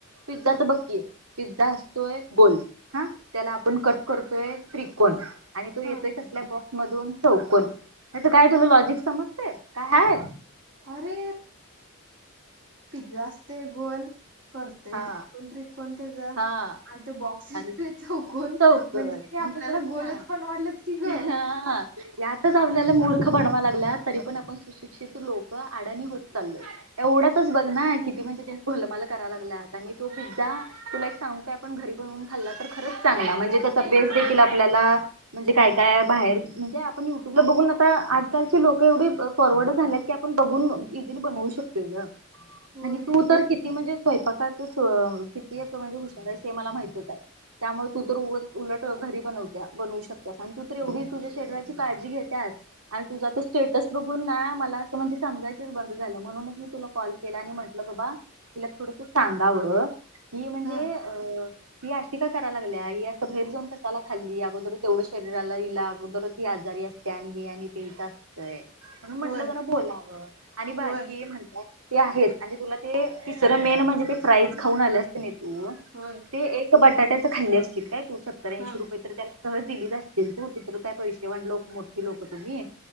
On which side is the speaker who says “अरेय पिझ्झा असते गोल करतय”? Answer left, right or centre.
Right